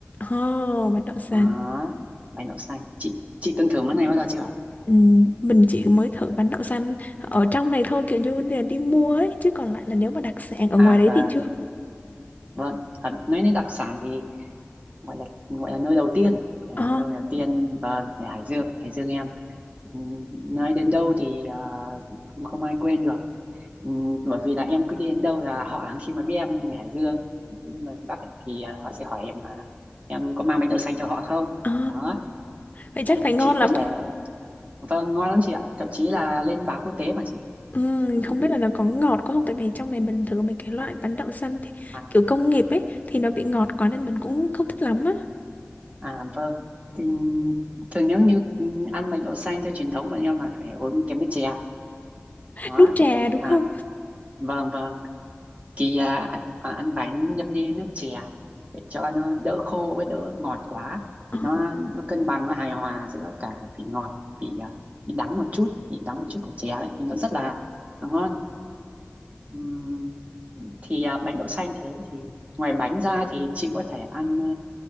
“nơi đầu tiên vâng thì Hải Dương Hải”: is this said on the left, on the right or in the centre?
Right